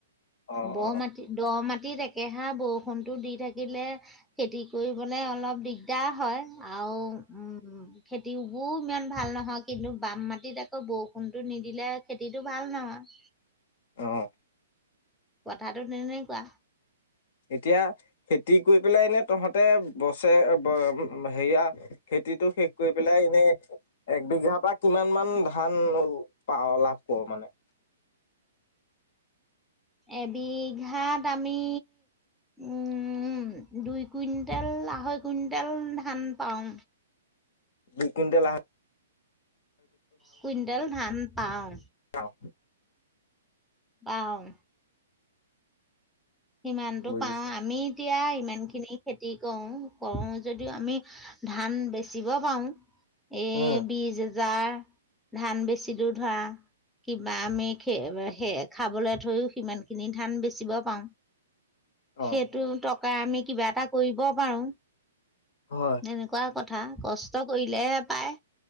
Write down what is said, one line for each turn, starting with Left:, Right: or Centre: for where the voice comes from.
Left: অ
Centre: বহ
Left: অ
Centre: মাটি দহ মাটি খেতিত একেহা বৰষুণতো দি থাকিলে খেতি কৰিবলৈ অলপ দিগদ দা হয় আৰু উম খেতিবোৰ ইমান ভাল নহয় কিন্তু বাম মাটিত আকৌ বৰষুণতটো নিদিলে খেতিটো ভাল নহয়।
Left: অহ
Centre: কথাটো তেনে কোৱা,
Left: এতিয়া খেতি কৰি পেলাই এনে তহঁতে বছেৰে হেয়া খেতিটো শেষ কৰি পেলাই এনে এক বিঘাৰ পৰা কিমান মান ধান পাৱ লাভ কৰো মানে,
Centre: এবিঘাত আমি উম দুই কুইণ্টেল আঢ়ৈ কুইণ্টেল ধান পাওঁ,
Left: দুই কুইণ্টেল আহা
Centre: কুইণ্টেল ধান পাওঁ
Left: আহ
Centre: আহ সিমানতটো
Left: বুজিছো
Centre: পাও আমি এতিয়া ইমান খিনি খেতি কৰো কৰো যদিও আমি ধান বেচিব পাৰো এ
Left: উম
Centre: বীজ জাৰ ধান বেছি দূৰ ধৰা বা আমি খে সেই খাবলৈ থৈও সিমান খিনি ধান বেচিব পাওঁ সেইটো
Left: অ অ
Centre: টকা আমি কিবা এটা কৰিব পাৰো
Left: হয়
Centre: এনেকুৱা কথা কথা কষ্ট কৰিলেহে পায়